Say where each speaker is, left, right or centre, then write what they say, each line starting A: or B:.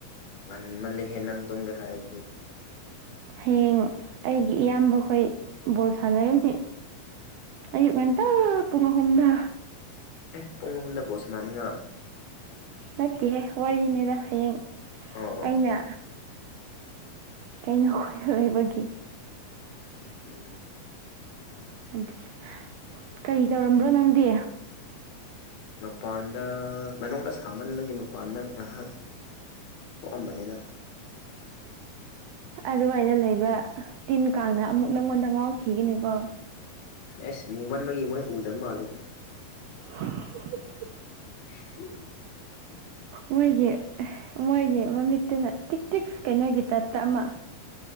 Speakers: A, on the left (about 75°); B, on the right (about 80°).
A: ꯉꯟꯃꯜꯜꯂꯤꯍꯦ ꯅꯪ ꯇꯨꯝꯒꯦ ꯍꯥꯏꯔꯗꯤ
B: ꯍꯌꯦꯡ ꯑꯩꯒꯤ ꯏꯌꯥꯝꯕꯈꯣꯏ ꯕꯣꯜ ꯁꯥꯟꯅꯔꯝꯅꯤ ꯑꯌꯨꯛ ꯉꯟꯇꯥ ꯄꯨꯡ ꯑꯍꯨꯝꯗ
A: ꯑꯦ ꯄꯨꯡ ꯑꯍꯨꯝꯗ ꯕꯣꯜꯁꯅꯥꯅꯤꯉ
B: ꯅꯠꯇꯦꯍꯦ ꯋꯥꯔꯤꯅꯤꯗ ꯍꯌꯦꯡ
A: ꯑꯣ ꯑꯣ
B: ꯑꯩꯅ ꯀꯩꯅꯣ ꯈꯣꯏꯅ ꯂꯩꯕꯒꯤ
A: ꯎꯝ
B: <unintelligible> ꯀꯔꯤ ꯇꯧꯔꯝꯕ꯭ꯔꯣ ꯅꯪꯗꯤ
A: ꯃꯄꯥꯟꯗ ꯃꯅꯨꯡꯗ ꯁꯥꯃꯟꯕꯒꯤ ꯃꯄꯥꯟꯗ ꯉꯥꯏꯍꯥꯛ ꯊꯣꯛꯑꯝꯕꯅꯦꯗ
B: ꯑꯗꯨꯋꯥꯏꯗ ꯂꯩꯕ ꯇꯤꯟ ꯀꯥꯡꯅ ꯑꯃꯨꯛ ꯅꯪꯉꯣꯟꯗ ꯉꯥꯎꯈꯤꯒꯅꯤꯀꯣ
A: ꯁꯦꯁ ꯃꯨꯃꯟꯕꯒꯤ ꯃꯣꯏ ꯎꯗꯕ ꯃꯥꯜꯂꯦꯗ
B: <unintelligible>
A: <unintelligible>
B: ꯃꯣꯏꯒꯤ ꯃꯣꯏꯒꯤ ꯃꯃꯤꯠꯇꯨꯅ ꯇꯤꯛ ꯇꯤꯛ ꯀꯩꯅꯣꯒꯤ ꯇꯥꯏꯞꯇ ꯑꯃ